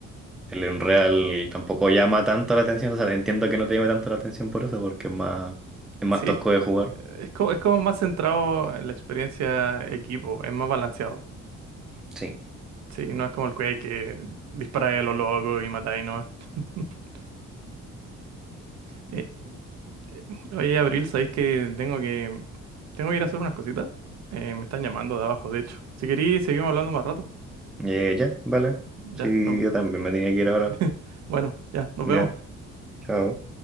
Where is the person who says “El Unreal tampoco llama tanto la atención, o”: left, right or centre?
Centre